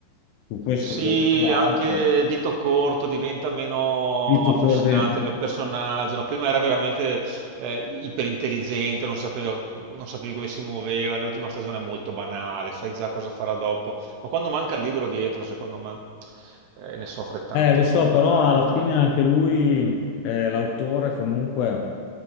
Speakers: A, on the left (about 80°); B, on the right (about 80°).
A: su questo,
B: Sì,
A: quello, quell'altro.
B: anche Dito Corto diventa meno
A: Lì tu
B: affascinante
A: coordini.
B: come personaggio. No, prima era veramente eh, iperintelligente, non sapevo- non sapevi come si muoveva. L'ultima stagione è molto banale, sai già cosa farà dopo. Ma quando manca il libro dietro, secondo me, eh, ne soffre tanto
A: Eh, lo so,
B: poi
A: però
B: la,
A: alla
B: la trama.
A: fine anche lui, eh, l'autore comunque,